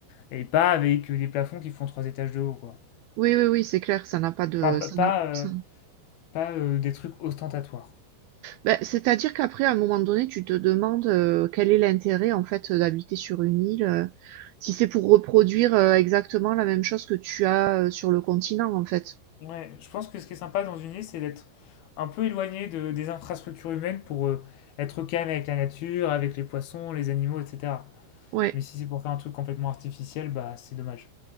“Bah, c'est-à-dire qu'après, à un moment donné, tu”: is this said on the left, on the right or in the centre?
Right